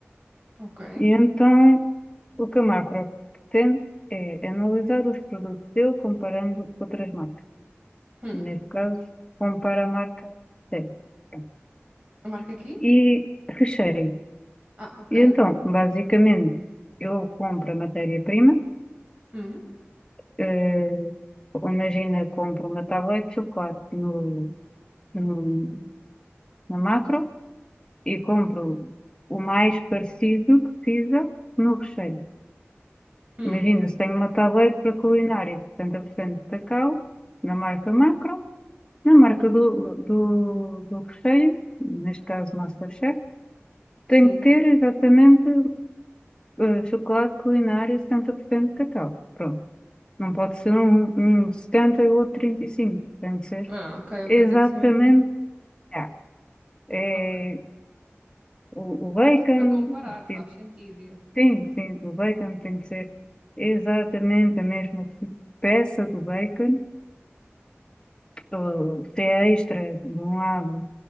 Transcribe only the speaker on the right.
ok.
Hum,
eu marco aqui?
Ah, ok.
Hum,
hum,
sim.
Ah, ok,
ok, tem que ser mesmo.
Ok.
Para comparar, faz
sentido. yeah.